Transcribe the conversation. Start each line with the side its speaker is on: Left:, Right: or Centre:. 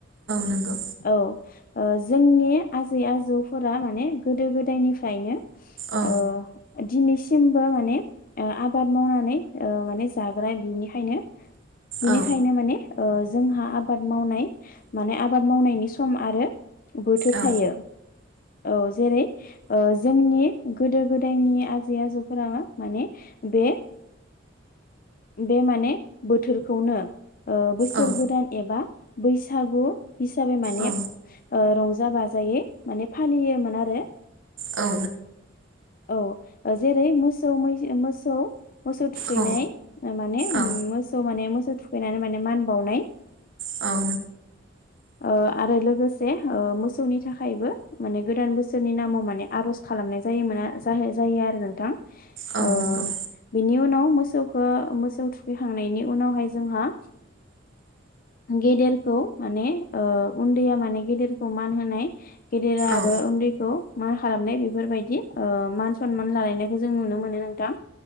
Right: नंगौ
Left: औ। ओह जोंनि आजै आजौफोरा माने गोदो गोदायनिफ्रायनो।
Right: औ
Left: ओ दिनैसिम। बो माने आबाद मावनानै माने जाग्रा बिनिखायनो। बिनिखायनो
Right: औ
Left: माने ओ जोंहा आबाद मावनाय माने आबाद मावनायनि सम आरो। बोथोर
Right: औ
Left: थायो औ जेरै ओ जोंनि गोदो गोदायनि आजै आजौ फोरा माने बे बे माने बोथोरखौनो ओ बोसोर
Right: औ
Left: गोदान एबा बैसागु हिसाबै माने
Right: औ
Left: ओ रंजा बाजायै माने फालियोमोन आरो
Right: औ
Left: औ जेरै मोसौ मै मोसौ मोसौ थुखैनाय
Right: औ
Left: माने
Right: औ
Left: मोसौ माने मोसौ थुखैनानै माने मान बावनाय
Right: औ
Left: ओ आरो लोगोसे ओ मोसौनि थाखायबो माने गोदान बोसोरनि नामाव माने आरज खालाम खालामनाय जायो मोन जा जायो आरो नोंथां
Right: औ
Left: ओ
Right: नंगौ
Left: बिनि उनाव मोसौखौ मोसौ थुखैखांनायनि उनावहाय जोंहा गेदेरखौ माने ओ उन्दैया माने गेदेरखौ मान होनाय गेदेरा आरो
Right: औ
Left: उन्दैखौ मा खालामनाय बेफोरबायदि ओ मान सनमान लालायनायखौ जों नुनो मोनो नोंथां